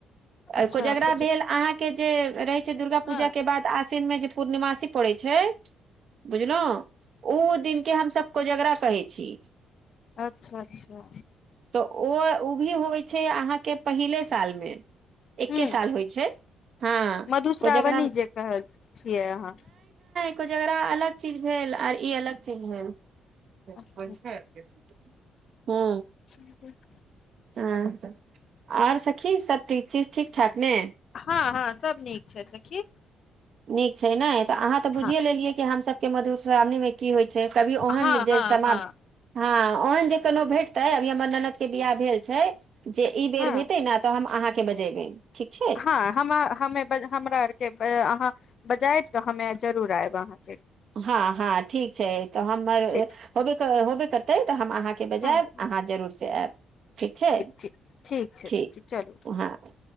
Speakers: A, on the right; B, on the left.
A: अ
B: अच्छा
A: कोजगरा
B: कुछ
A: भेल अहाॅंके जे रैत दुर्गा पूजा
B: हँ
A: के बाद आसिन मे जे पूर्णिमासी पड़े छै बुझलौं ऊं दिन के हमसब कोजगरा कहै छी।
B: अच्छा-अच्छा।।
A: तऽ ओ उभी होबइ छै अहाँके पहिले साल मे। एकके
B: हूँ
A: साल होइ छै। हँ
B: मधुश्रावणी
A: को जकरा
B: जे कहल छियै अहाँ।
A: कोजगरा अलग चीज भेल, आर ई अलग चीज भेल। केश
B: अच्छा
A: परिछय केश, ऍ
B: चललिय कतह।
A: हँ सखि, आओर सखी सब चीज ठीक- ठाक ने।
B: हँ- हँ सब नीक छै सखी।
A: नीक छै नए, तऽ अहाँ तऽ बुझिए
B: हँ
A: लेलियै कि हमसब के मधुश्रावणी मे की होइ छै कभी ओहन
B: हँ
A: जे
B: हँ
A: समर्प। हँ ओहन जे कोनो भेटतै, अभी हमर ननद के बियाह भेल छै। जे ई बेर
B: हँ
A: हेतै न, तऽ हम अहाँके बजेबै, ठीक छै।
B: हॅ हमा-हममे बज हमरा आर के पे--आहाॅ बजैत त हमे जरूर आयब अहाॅ।
A: हँ- हँ ठीक छै, तऽ हमर
B: ठीक
A: होबे कर होबे करतै तऽ हम अहाँ के बजायब
B: हँ हँ
A: अहाँ जरूर से आयब। ठीक छै,
B: ठीक छै
A: ठीक।
B: सखी चलू
A: उ हाथ